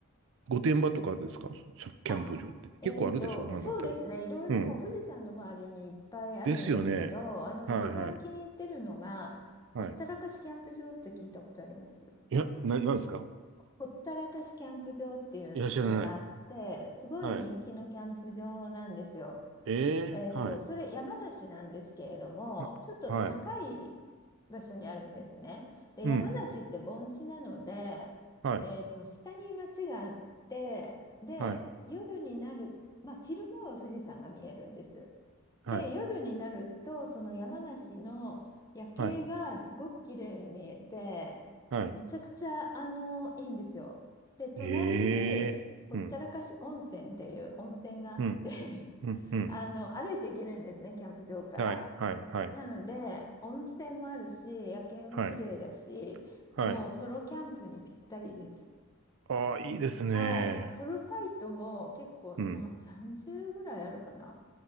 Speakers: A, on the right; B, on the left.
A: 御殿場とかですかしキャンプ場って。
B: あえっと、
A: 結構あるでしょあのあたり。
B: そうですね、いろいろもう富士山の周りにいっぱいあるんですけど、
A: うん。ですよね。
B: あの一番気に入ってるのが、
A: はいはい。はい。
B: ほったらかしキャンプ場って聞いたことあります。
A: いや、な、なんですか
B: ほったらかしキャンプ場っていうのがあって、
A: いや、知らない。
B: すごい人気のキャンプ場なんですよ。
A: はい。ええはい。
B: えっと、それ山梨なんですけれども、
A: あ、
B: ちょっと高い
A: はい。
B: 場所にあるんですね。で、
A: うん。
B: 山梨って盆地なので、
A: はい。
B: えっと、下に町があって、で、
A: はい。
B: 夜になる、まあ、昼間は富士山が見えるんです。
A: はい。
B: で、夜になると、その山梨の夜景がすごく綺麗に見えて、
A: はい。はい。
B: めちゃくちゃ、あの、いいんですよ。で、隣に、
A: ええうん。
B: ほったらかし温泉っていう温泉があって
A: うん。うん。うん。
B: あの、歩いて行けるんですね、キャンプ場から。
A: はい。はい。はい。
B: なので、温泉もあるし、夜景も綺麗だし、
A: はい。はい。
B: もうソロキャンプにぴったりです。
A: ああ、いいですね。
B: はい。ソロサイトも結構な、
A: うん。
B: 30ぐらいあるかな。